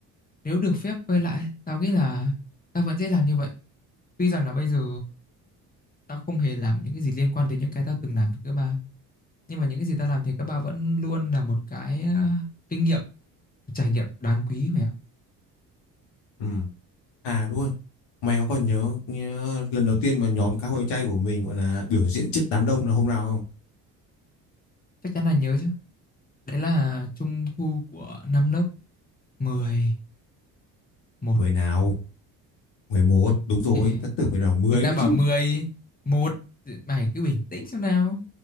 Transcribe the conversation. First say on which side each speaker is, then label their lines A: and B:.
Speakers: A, on the left; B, on the left.
A: nếu được phép quay lại, tao nghĩ là tao vẫn sẽ làm như vậy. Tuy rằng là bây giờ tao không hề làm những cái gì liên quan đến những cái tao từng làm cấp ba nhưng mà những cái gì tao làm thì cấp 3 vẫn luôn là một cái ờ, kinh nghiệm, trải nghiệm đáng quý mày ạ.
B: ừ à đúng rồi mày có còn nhớ, nhớ lần đầu tiên mà nhóm cá hồi chay của mình gọi là biểu diễn trước đám đông là hôm nào không
A: Chắc chắn là nhớ chứ. Đấy là trung thu của năm lớp 10, 1.
B: mười nào mười một đúng
A: <laughs>
B: rồi
A: Người
B: tất tưởng phải là 10
A: ta
B: nữa
A: bảo
B: chứ
A: 10, 1. Mày cứ bình tĩnh xem nào.